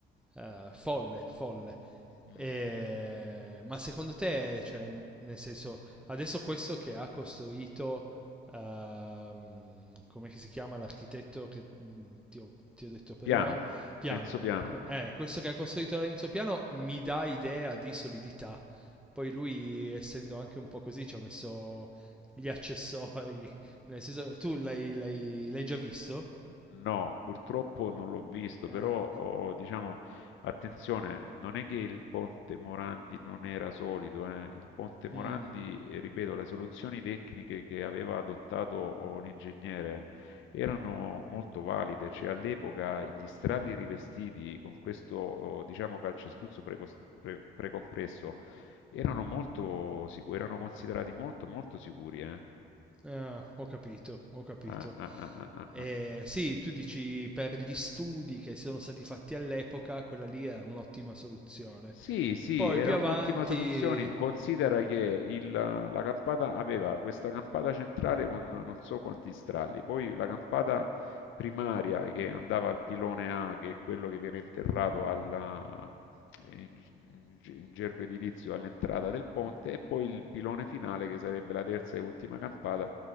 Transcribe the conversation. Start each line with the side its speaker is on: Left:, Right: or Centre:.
Centre: eh, folle, folle.
Left: Mm,
Centre: E-
Left: mm, mm.
Centre: ma secondo te, cioè, nel senso, adesso questo che ha costruito, ehm, come che si chiama l'architetto che mm, ti ho, ti ho detto prima?
Left: Piano,
Centre: Piano.
Left: Renzo Piano.
Centre: Que- eh, questo che ha costruito Renzo Piano mi dà idea di solidità. Poi lui, essendo anche un po' così, ci ha messo gli accessori. <laughs> Nel senso, tu l'hai l'hai- l'hai già visto?
Left: No, purtroppo non l'ho visto,
Centre: Eh,
Left: però oh, diciamo, attenzione, non è che il ponte Morandi non era solido, eh. Il ponte Morandi,
Centre: mm,
Left: eh, ripeto, le soluzioni tecniche che aveva adottato oh, l'ingegnere erano molto valide, cioè all'epoca gli strali rivestiti con questo, oh, diciamo, calcestuzzo precost- pre- precompresso erano molto sicuri, erano considerati molto molto sicuri, eh.
Centre: ah, ho capito, ho capito.
Left: Ah, ah, ah, ah, ah,
Centre: Eh,
Left: ah.
Centre: sì, tu dici per gli studi che sono stati fatti all'epoca, quella lì è un'ottima soluzione.
Left: Sì, sì,
Centre: Poi
Left: era
Centre: più
Left: un'ottima
Centre: avanti,
Left: soluzione. Considera che il- la campata aveva questa campata centrale con non so quanti stralli, poi la campata primaria che andava al pilone A, che è quello che viene interrato alla- in, in ge- in gergo edilizio all'entrata del ponte, e poi il pilone finale che sarebbe la terza e ultima campata,